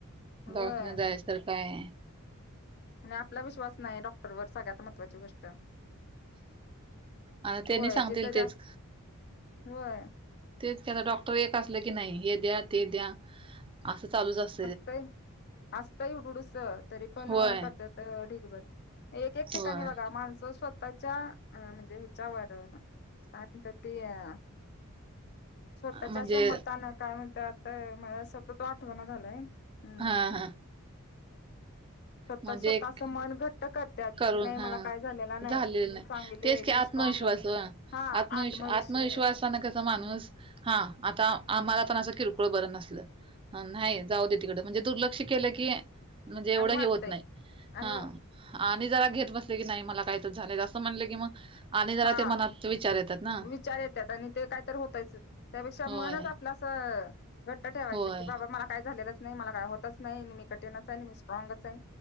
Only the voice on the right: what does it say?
दवाखान्यात जायाच तर काय
आणि त्यांनी
सांगतील
तेच
तेच कि आता डॉक्टर एक असलं की नाही हे द्या ते द्या. असां चालूचं अस
होय
होय
म्हणजे
हा हा.
म्हणजे
एक
करून
हा
झालेलं
नाही
तेच
की आत
त्मविश्वास
ओ
आत्मविश
आत्मविश्वासानं क माणूस हा आता आम्हाला पण अस किरकोळ बर नसल हा नाही जाऊदे तिकड म्हणजे दुर्लक्ष केल कि म्हणजे एवढ
हे
होत नाही
हा. आणि जरा घेत बसल की नाही मला काहीतर झालय असं म्हणल की मग आणि जरा
ते मनात विचार येतात ना
होय
होय